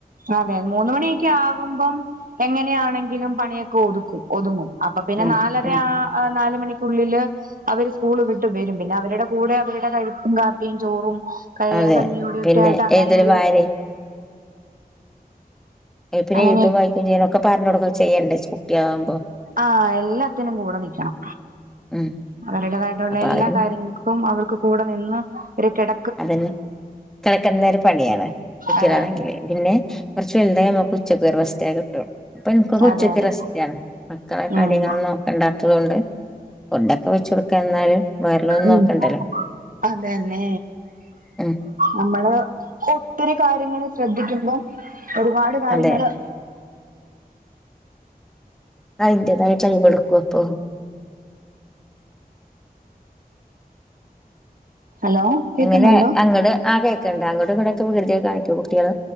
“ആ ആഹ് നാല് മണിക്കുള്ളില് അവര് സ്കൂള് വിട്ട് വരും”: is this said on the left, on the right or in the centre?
Right